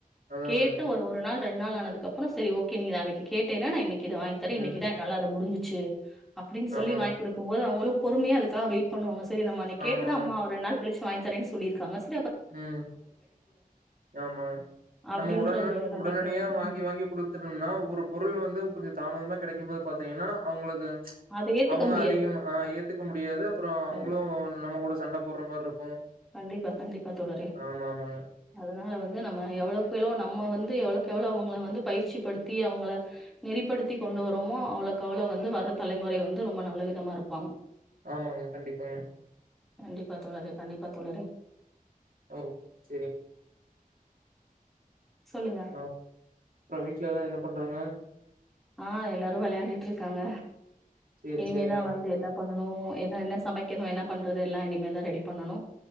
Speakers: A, on the right; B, in the centre.
A: அதான்,
B: கேட்டு
A: அதாங்க.
B: ஒரு ஒரு நாள் ரெண் நாள் ஆனதுக்கப்புறோ சேரி ஓகே நீ அன்னைக்கு கேட்டைல நா இன்னிக் க்கி இது வாங்கி தார இன்னிக்குதா
A: ம்.
B: என்னால அத முடுஞ்சுச் ச்சு அப்டின் சொல்லி
A: ஆமாங்க,
B: வாங்கி குடுக்கும் போது அவங்களு பொறுமையா அதுக்காக வெய்ட் பண்ணுவாங்கஸ் சேரி நம்ம அன்னைக் கேட்டத
A: ஆமாங்க.
B: அம்மா அவ ரெண்டு நாள் கழுச்சு வாங்கி தரேன் சொல்லிருக்காங்கஸ்
A: ம் ஆமாங்க
B: அப்டின்ற
A: நம்ம உடனே
B: ஒரு நம்பிக்க
A: உடனடியா
B: வரு ம்
A: வாங்கி வாங்கி குடுத்துட்டம்னா ஒரு பொருள் வந்து கொஞ்சோ தாமதமா கெடைக்கும்போது பாத்தீங்கன்னா அவங்களுக்கு
B: அத ஏத்துக்க
A: அவுங்க
B: முடியாது
A: அதிகமா அ ஏத்துக்க முடியாது அப்புறோ அவங்களு
B: கண்டிப்பா
A: நம்ம கூட சண்டப் போடுற மார் இருக்கு
B: கண்டிப்பா கண்டிப்பா பா தோழறே
A: ஆமா ஆமாங்க
B: அதனால வந்து நம்ம எவ்வளவுக்எவ்ளவோ நம்ம வந்து எவ்வளோவுக்கு எவ்வளோவ் அவங்கள வந்து பயிற்சிப்படுத்தி அவங்கள நெறிப்படுத்தி கொண்டு வரோமோ அவ்வளவுக்கு அவ்வளவு வந்து வர்ற தலைமுறை வந்து ரொம்ப நல்ல விதமா இருப்பாங்க
A: ஆமாங்க கண்டிப்பாங்க
B: கண்டிப்பா தோழறே கண்டிப்பா பாத் தோழறே
A: ஓ சேரி
B: சொல்லுங்க
A: ஆ அப்ற வீட்லல்லா என்ன பண்றாங்க
B: ஆ எல்லாரு வெளயாண்டுட்டு இருக்காங்க
A: சேரி
B: இனிமேதா
A: சேரிங்க
B: வந்து என்னா பண்ணனு என்ன என்னா சமைக்கனு என்னா பண்றது எல்லா இனிமேல் தா ரெடி பண்ணனு